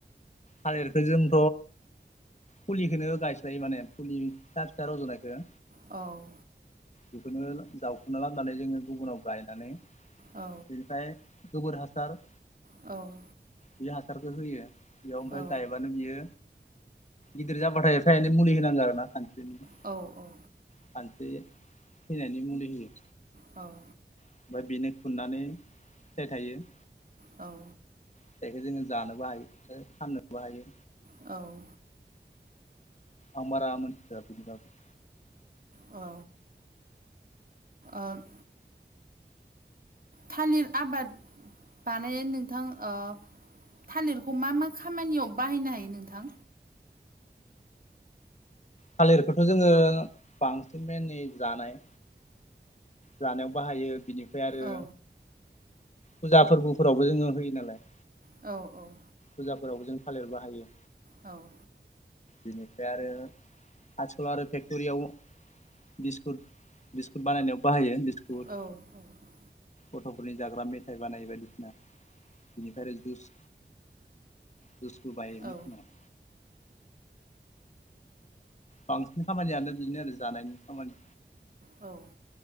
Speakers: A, on the left; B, on the right.
A: थालिरखौ जोंथ' फुलिखौनो गायस्लायो माने फुलि फिसा फिसा रज'नायखौ।
B: औ
A: बेखौनो जावखुना लाबनानै जोङो गुबुनाव गायनानै
B: औ
A: बेनिफ्राय गोबोर हासार।
B: औ
A: बे हासारखौ होयो बेयाव ओमफ्राय
B: औ
A: गायबानो बियो। गिदिर जाबाथाय एफाय एनै मुलि होनांगौ आरो ना खानस्रिनि।
B: औ औ
A: खानस्रि थैनानै मुलि होयो।
B: औ
A: ओमफ्राय बेनो खुननानै फिथाइ थायो।
B: औ
A: फिथाइखौ जोङो जानोबो हायो आरो फाननोबो हायो।
B: औ
A: आं बारा मिथिफेराखै बिनि बागै।
B: औ ओम थालिर आबाद बानायनाय नोंथां ओ थालिरखौ मा मा खामानियाव बाहायनो हायो नोंथां?
A: थालिरखौथ' जोङो बांसिन बेबादि जानाय जानायाव बाहायो बिनिफ्राय आरो
B: औ
A: फुजा फोरबोफोरावबो जोङो होयो नालाय।
B: औ औ
A: फुजाफोरावबो जों थालिर बाहायो
B: औ
A: बेनिफ्राय आरो आथिखालाव आरो फेक्ट'रियाव बिस्कुट बिस्कुट बानायनायाव बाहायो बिस्कुट
B: औ
A: गथ'फोरनि जाग्रा मेथाइ बानायो बायदिसिना। बेनिफ्राय आरो जुस जुइसखौ बायनो
B: औ
A: मेसिनाव बांसिन खामानियानो बिदिनो आरो जानायनि खामानि
B: औ औ